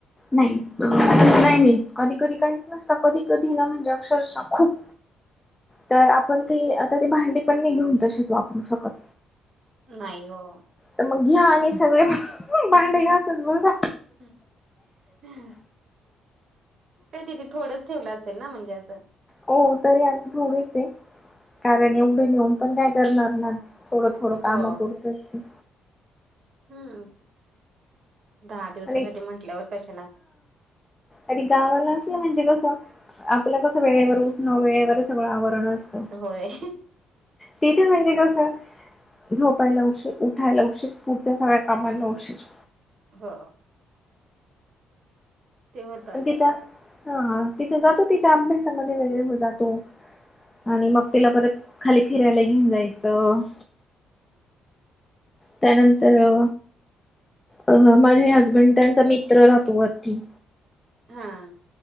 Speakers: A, on the left (about 15°); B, on the right (about 50°).
A: नाही नाही नाही कधी कधी काहीच नसत कधी कधी ना म्हणजे अक्षरश खूप
B: <inaudible>
A: तर आपण ती आता ती भांडी पण नय घेऊन तशीच वापरू शकत.
B: नाई ओ
A: त मग घ्या आणि सगळे मं भांडी घासत बसा
B: <unintelligible> ते तिथे थोडंच ठेवलं असेल ना म्हणजे असं
A: हो तरी आता थोडेच ये कारण एवढं नेऊन पण काय करणार ना थोडं थोडं कामं
B: हो
A: पुरतच ये.
B: हम्म दहा दिवसासाठी
A: आणि
B: म्हटल्यावर कशाला?
A: आदी गावाला असलं म्हणजे कसं आपलं कसं वेळेवर उठणं वेळेवर सगळं आवरण अस
B: होय.
A: तिथे म्हणजे कसं झोपायला उशीर उठायला उशीर पुढच्या सगळ्या कामाला उशीर
B: हो. ते होत
A: अनं तिथं हा तिथं जातो तिच्या अभ्यासामध्ये वेगळ हो जातो. आणि मग तिला परत खाली फिरायला घेऊन जायचं. त्यानंतर अ अ माझे हसबंड त्यांचा मित्र राहतो वरती
B: हां